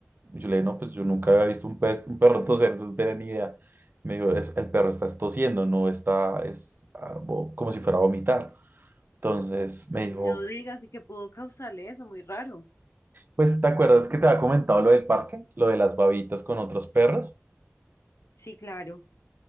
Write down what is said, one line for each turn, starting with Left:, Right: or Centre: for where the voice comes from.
Right: Y yo le dije, no, pues yo nunca había visto un, pez, un perro toser, entonces no tenía ni idea. Me dijo, "Es- el perro está tosiendo, no está, es ah, vo- como si fuera a vomitar. Entonces me
Left: No
Right: dijo,
Left: digas, y que pudo causarle eso, muy raro.
Right: pues ¿te acuerdas que te había comentado lo del parque? Lo de las babitas con otros perros.
Left: Sí, claro.